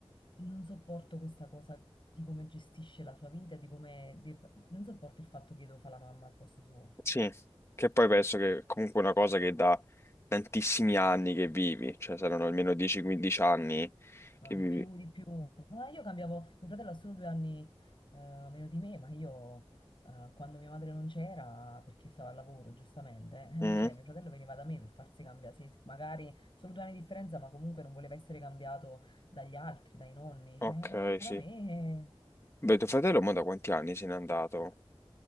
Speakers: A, on the left (about 55°); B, on the left (about 25°).
A: non sopporto questa cosa di come gestisce la sua vita, di come... de- Non sopporto il fatto che devo fare la mamma al posto suo.
B: sì, che poi penso che comunque è una cosa che da tantissimi anni che vivi, cioè saranno almeno
A: Sì.
B: 10-15 anni
A: No,
B: che
A: di
B: vivi.
A: più, di più. Ma io cambiavo, mio fratello ha solo due anni eh, meno di me, ma io eh, quando mia madre non c'era, perché stava al lavoro, giustamente, <laughs>
B: Mm,
A: eh, cioè mio fratello veniva da me per farsi cambiare, sì, sì, magari solo due anni di differenza, ma comunque non voleva essere cambiato dagli altri, dai nonni.
B: ok,
A: Eh, veniva da
B: sì.
A: me eh,
B: Beh, tuo fratello mo da quanti anni se n'è andato?